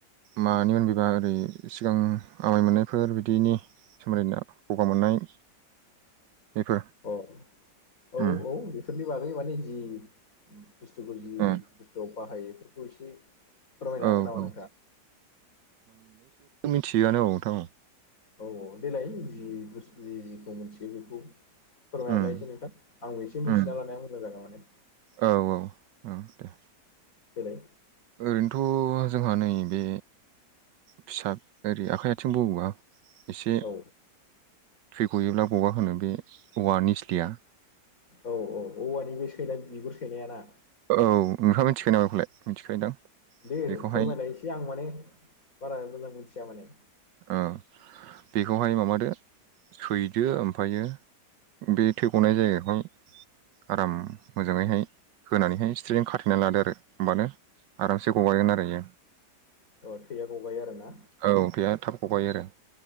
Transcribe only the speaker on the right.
मानि मोनबेबा ओरै सिगां आमाय मोननायफोर बिदिनि सोमोन्दै गगा मोननाय
बेफोर
उम
उम
औ
औ
मिथिआनो औ नोंथां
उम
उम
औ औ औ दे
ओरैनोथ जोंहा नै बे फिसा ओरै आखाइ आथिं बावोबा एसे
थै गयोब्ला गंगा होनो बे औवा निस्लिया
औ नोंथां नोंथाङा मिथिखायो नाम बेखौलाय मिथिखायोदां
बेखौहाय
औ बेखौहाय माबादो सैदो ओमफ्रायो बे थै गनाय जायगायावहाय आराम मोजाङैहाय होनानैहाय सथ्रिजों खाथेनानै लादो आरो होमबानो आरामसे गगागोन आरो बियो
औ थैया थाब गगायो आरो